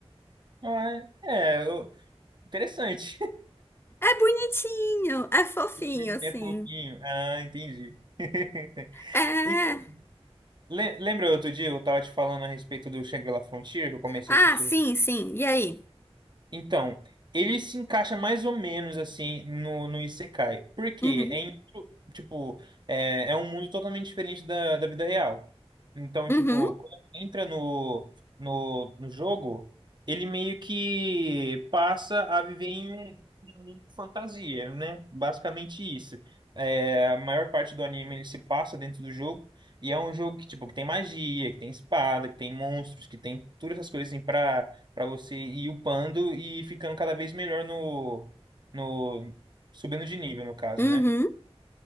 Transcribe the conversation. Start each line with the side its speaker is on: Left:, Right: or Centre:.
Right: Ah, é, É, eu- interessante.
Left: É bonitinho, é fofinho,
Right: <laughs>
Left: assim.
Right: É fofinho. Ah, entendi. <laughs>
Left: É. é.
Right: E le- lembra outro dia eu tava te falando a respeito do Shangri-La Frontier, que eu comecei
Left: Ah,
Right: a assistir
Left: sim,
Right: recentemente?
Left: sim. E aí?
Right: Então, ele se encaixa mais ou menos assim no, no Isekai. Por quê?
Left: Uhum,
Right: É, em- tipo, é, é um mundo totalmente diferente da, da vida real. Então,
Left: uhum,
Right: tipo, quando entra no, no, no jogo, ele meio que passa a viver em um em um mundo de fantasia, né? Basicamente isso. É, a maior parte do anime ele se passa dentro do jogo. E é um jogo que, tipo, que tem magia, que tem espada, que tem monstros, que tem todas essas coisas assim, pra para você ir upando e ficando cada vez melhor no, no subindo de nível, no caso,
Left: uhum.
Right: né?